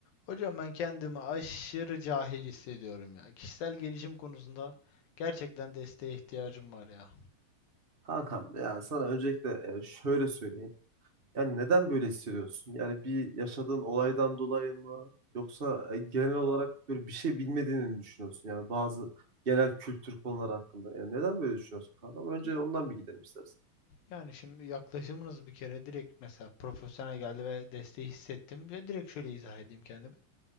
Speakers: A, on the left; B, on the right.
A: Hocam ben kendimi aşırı cahil hissediyorum ya. Kişisel gelişim konusunda gerçekten desteğe ihtiyacım var ya.
B: Kankam ya sana öncelikle e, şöyle söyleyeyim. Yani neden böyle hissediyorsun? Yani bir yaşadığın olaydan dolayı mı? Yoksa e, genel olarak böyle bir şey bilmediğini mi düşünüyorsun? Yani bazı genel kültür konuları hakkında. Yani neden böyle düşünüyorsun kankam? Önce
A: Y-
B: ondan bir gidelim istersen.
A: Yani şimdi yaklaşımınız bir kere direkt mesela profesyonel geldi ve desteği hissettim ve direkt şöyle izah edeyim kendimi.